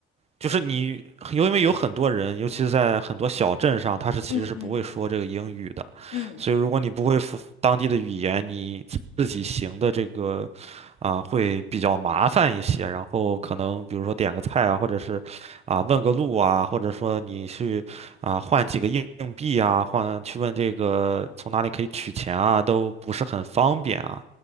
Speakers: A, on the right; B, on the left.
A: 就是你，因为有很多人，尤其是在很多小镇上，他是其实是不会说这个英语的，
B: 嗯嗯嗯
A: 所以如果你不会说当地的语言，你自己行的这个啊、会比较麻烦一些。然后可能比如说点个菜啊，或者是啊、问个路啊，或者说你去啊、换几个硬硬币啊，换去问这个从哪里可以取钱啊，都不是很方便啊。